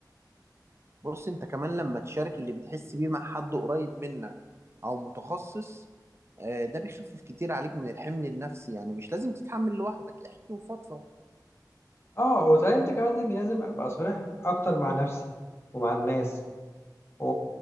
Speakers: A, on the right; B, on the left.
A: بص انت كمان لما تشارك اللي بتحس بيه مع حد قريب منك او متخصص آه، ده بيخفف كتير عليك من الحمل النفسي يعني مش لازم تتحمل لوحدك احكي وفضفض
B: آه وتعلمت كمان إني لازم أبقى صريح أكتر مع نفسي ومع الناس و...